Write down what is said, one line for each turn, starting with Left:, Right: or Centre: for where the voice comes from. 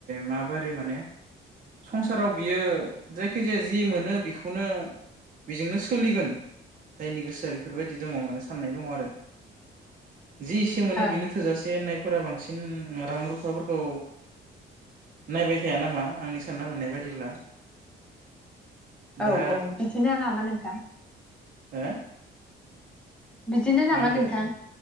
Right: माबोरै माने संसाराव बियो जायखि जाया जि मोनो बेखौनो बेजोंनो सोलिगोन जायनि गोसोआ बेफोरबायदि दङ माने साननाय दङ आरो। <unintelligible> इसे मोनो
Centre: ओं
Right: बेनो थोजासे नाय <unintelligible> बांसिन रां रुफाफोरखौ नायबाय थाया नामा? आंनि सानना मोननाय बायदिब्ला। दा
Centre: औ औ बिदिनो नामा नोंथां?
Right: हो
Centre: बिदिनो नामा
Right: मा होनदो
Centre: नोंथां